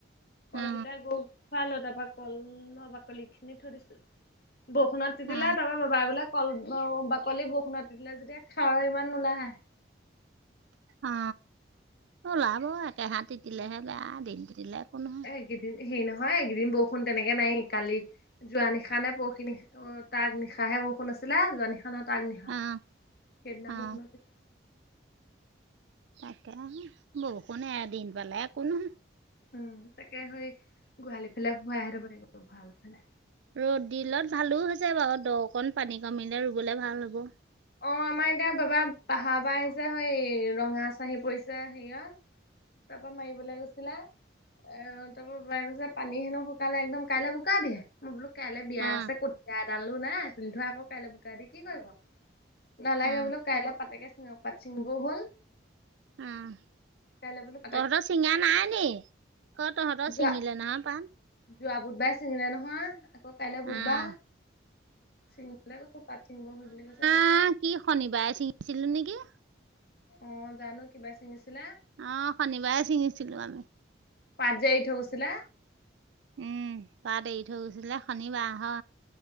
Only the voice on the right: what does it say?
অ
অ
অ ওলাব একেহাত তিলেহে বেয়া এদিন তিতিলে একো নহয়।
অ
অ
তাকে হে বৰষুণে এদিন পালে একো নহয়।
ৰ'দ দিলত ভালো হৈছে বাৰু দকণ পানী কমিলে ৰুবলে ভাল হ'ব।
অ অ
অ
উম
তহঁতৰ ছিঙা নাই নি অ তহঁতৰ
ছিঙিলে নহয় পাত
অ',
আহ কি শনিবাৰে ছিঙিছিলো নেকি?
অ শনিবাৰে ছিঙিছিলো আমি
উম পাত এৰি থৈ গৈছিলে শনিবাৰ হ